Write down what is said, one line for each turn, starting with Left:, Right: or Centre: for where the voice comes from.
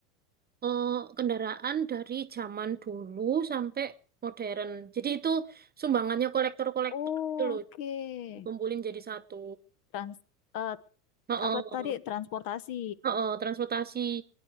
Right: eh, kendaraan dari zaman dulu sampai modern. Jadi itu sumbangannya kolektor-kolektor
Left: Oh,
Right: itu loh,
Left: oke.
Right: dikumpulin jadi satu.
Left: Trans, eh,
Right: Oh,
Left: apa
Right: oh,
Left: tadi transportasi
Right: oh, oh, transportasi